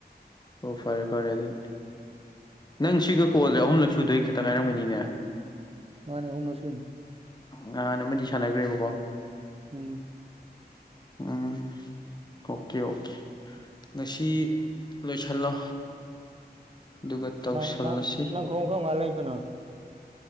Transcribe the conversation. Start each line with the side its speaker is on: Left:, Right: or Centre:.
Left: ꯑꯣ ꯐꯔꯦ ꯐꯔꯦ ꯑꯗꯨꯗꯤ ꯅꯪ ꯁꯤꯒ ꯀꯣꯜꯁꯦ ꯑꯍꯨꯝꯂꯛ ꯁꯨꯗꯣꯏ ꯈꯛꯇꯪ ꯉꯥꯏꯔꯝꯒꯅꯤꯅꯦ
Right: ꯃꯥꯅꯦ ꯍꯨꯅꯁꯨꯏ
Left: ꯅꯍꯥꯟꯅꯃꯗꯤ ꯁꯥꯟꯅꯈ꯭ꯔꯦꯕꯀꯣ
Right: ꯎꯝ
Left: ꯎꯝ ꯑꯣꯀꯦ ꯑꯣꯀꯦ ꯉꯁꯤ ꯂꯣꯏꯁꯤꯜꯂꯣ ꯑꯗꯨꯒ ꯇꯧꯁꯜꯂꯁꯤ
Right: ꯅꯪ ꯅꯪ ꯅꯪ ꯈꯣꯡꯎꯞ ꯀꯝ ꯀꯥꯟꯗ ꯂꯩꯗꯣꯏꯅꯣ